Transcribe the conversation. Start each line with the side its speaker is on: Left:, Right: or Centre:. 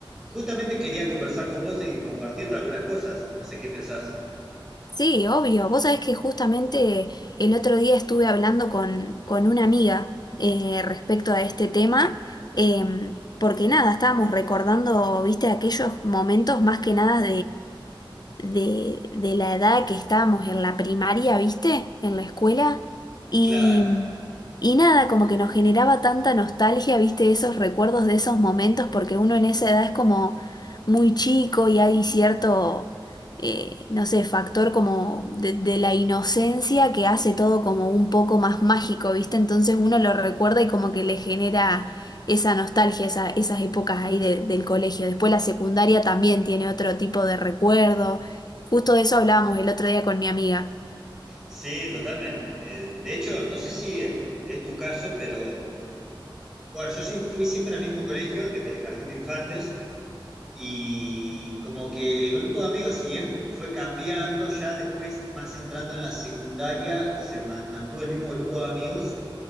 Centre: justamente quería conversar con vos y compartirte algunas cosas. No sé qué pensás.
Left: Sí, obvio. Vos sabés que justamente el otro día estuve hablando con, con una amiga eh, respecto a este tema, em, porque nada, estábamos recordando, viste, aquellos momentos más que nada de, de la edad que estábamos en la primaria, ¿viste? En la escuela. Y,
Centre: Claro.
Left: y nada, como que nos generaba tanta nostalgia, ¿viste? Esos recuerdos de esos momentos, porque uno en esa edad es como muy chico y hay cierto, eh, no sé, factor como de, de la inocencia que hace todo como un poco más mágico, ¿viste? Entonces uno lo recuerda y como que le genera... Esa nostalgia, esa- esas épocas ahí de- del colegio. Después la secundaria también tiene otro tipo de recuerdo. Justo de eso hablábamos el otro día con mi amiga.
Centre: Sí, totalmente. Eh, de hecho, no sé si eh, es tu caso, pero bueno, yo sí fui siempre al mismo colegio, desde el jardín de infantes, y como que el grupo de amigos, si bien fue cambiando, ya después, más entrando en la secundaria, se ma- mantuvo el mismo grupo de amigos